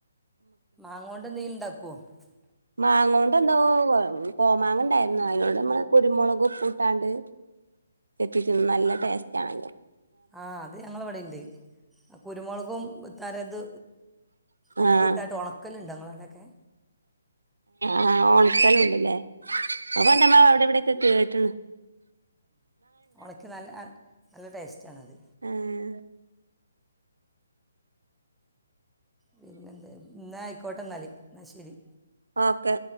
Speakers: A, in the centre; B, on the right.
A: മാങ്ങ കൊണ്ട് നീ <unintelligible>
B: മാങ്ങ കൊണ്ട് എന്തോ കോമാങ്ങ ഉണ്ടായിരുന്നു അതിനോട് നമ്മള് കുരുമുളക് ഉപ്പ ഇട്ടാണ്ട് ചെത്തി തിന്നും നല്ല ടേസ്റ്റ് ആണ് അതിന്റ
A: ആ അത് ഞങ്ങളവിടെുണ്ട് കുരുമുളകും തരത് ഉപ്പൂ
B: ആഹ്
A: ഇട്ടട്ട് ഉണക്കല ഉണ്ട- അതക്കെ
B: ആ ഓണക്കല് ഉണ്ടല്ലേ <unintelligible> അവിടെ എവിടെക്കെ കേട്ടണ്
A: ഉണക്ക് നല്ല നല്ല ടേസ്റ്റ ആണത്
B: ആഹ്
A: പിന്നെ എന്താന്ന് എന്ന ആയിക്കോട്ടെ എന്നാൽ എന്നാ ശരി
B: ഓക്കെ